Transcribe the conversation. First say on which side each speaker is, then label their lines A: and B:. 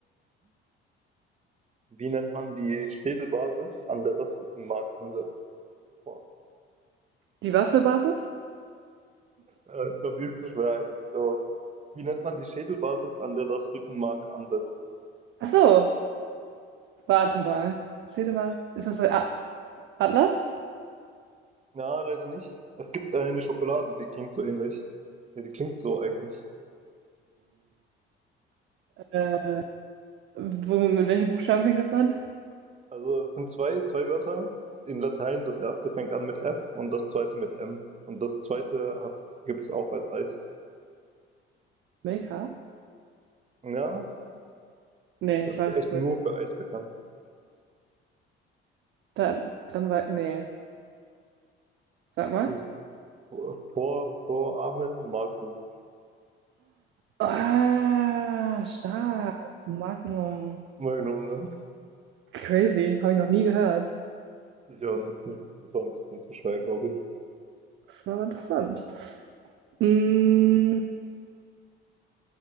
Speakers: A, on the right (about 20°); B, on the right (about 40°).
A: Wie nennt man die Schädelbasis, an der das Rückenmark ansetzt? Boah,
B: Die was für Basis?
A: äh, ich glaube, die ist zu schwer eigentlich, aber wie nennt man die Schädelbasis, an der das Rückenmark ansetzt?
B: Ach so, warte mal. Steht mal, ist das ein A Atlas?
A: Na, leider nicht. Es gibt eine Schokolade, die klingt so ähnlich. Ja, die klingt so eigentlich.
B: Äh, wo, mit welchen Buchstaben fängt das an?
A: Also es sind zwei, zwei Wörter in Latein. Das erste fängt an mit F und das zweite mit M. Und das zweite hat, gibt's auch als Eis.
B: Milka?
A: Ja,
B: Nee,
A: das
B: ich weiß.
A: ist echt nur für Eis bekannt.
B: Dann, dann war, nee, sag mal.
A: Das ist vor, vor Voramen Magnum.
B: Ah, stark. Magnum.
A: Magnum, ne?
B: Crazy, habe ich noch nie gehört.
A: Ist ja auch nicht so. Das war ein bisschen zu schwer, glaube ich.
B: Das war aber interessant. Mm,